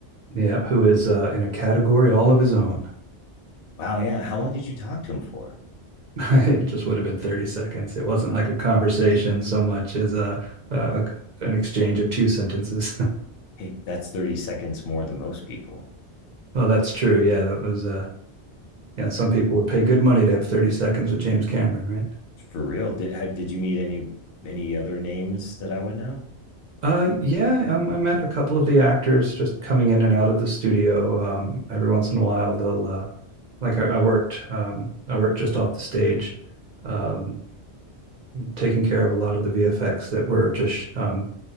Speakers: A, on the right; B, on the left.
A: Yeah, who is uh, in a category all of his own.
B: Wow, yeah. How long did you talk to him for?
A: <laughs> It just would have been 30 seconds. It wasn't
B: Huh.
A: like a conversation so much as uh, a, a an exchange of two sentences.
B: Hey, that's 30 seconds more than most people.
A: <laughs> well, that's true. Yeah, that was uh yeah, some people would pay good money to have 30 seconds with James Cameron, right?
B: For real. Did how, did you meet any any other names that I would know?
A: Uh, yeah, um, I met a couple of the actors just coming in and out of the studio. Um, every once in a while, they'll uh, like I, I worked, um, I worked just off the stage, um, taking care of a lot of the VFX that were just sh- um,